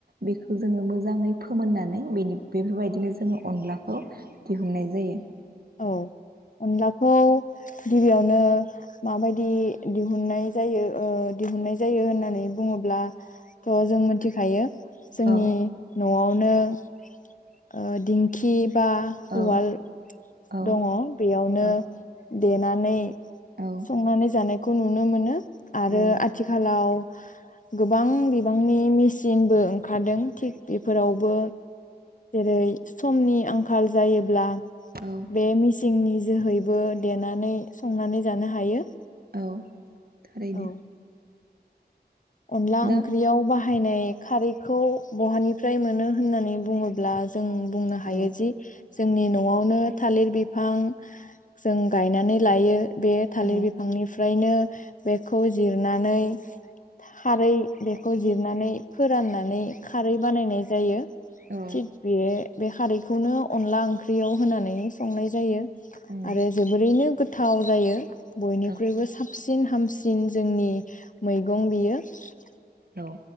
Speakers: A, on the right; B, on the left.
A: बेखौ जोङो मोजाङै फोमोननानै बेफोरबायदिनो जोङो अनलाखौ दिहुननाय जायो।
B: औ अनलाखौ गिबियावनो माबायदि दिहुननाय जायो दिहुननाय जायो होननानै बुङोब्ला। थ' जों मिथिखायो जोंनि।
A: औ
B: न'आवनो ओ दिंखि बा
A: औ
B: उवाल।
A: औ
B: दङ बेयावनो।
A: औ
B: देनानै।
A: औ
B: संनानै जानाय- खौ नुनो मोनो। आरो
A: औ
B: आथिखालाव। गोबां बिबांनि मेसिनबो ओंखारदों थिग बेफोरावबो जेरै समनि आंखाल जायोब्ला
A: औ
B: बे मि सिननि जोहैबो देनानै संनानै जानो हायो।
A: औ। थारैनो!
B: औ अनला
A: दा
B: ओंख्रियाव बाह हायनाय खारैखौ बहानिफ्राय मोनो होननानै बुङोब्ला जों बुंनो हायो
A: औ
B: जि जोंनि न'आवनो थालिर बिफां जों गायनानै लायो। बे थालिर
A: औ
B: बिफांनि फ्रायनो बेखौ जिरनानै थारै बेखौ जिरनानै फोराननानै खारै बानायनाय जायो
A: औ
B: थिग बिए बे खारैखौनो अनला ओंख्रियाव होनानै संनाय जायो।
A: उम
B: आरो जोबोरैनो गोथ थाव जायो। बयनिख्रुइबो
A: औ
B: साफ सिन हामसिन जोंनि मैगं बियो। <unintelligible>
A: औ।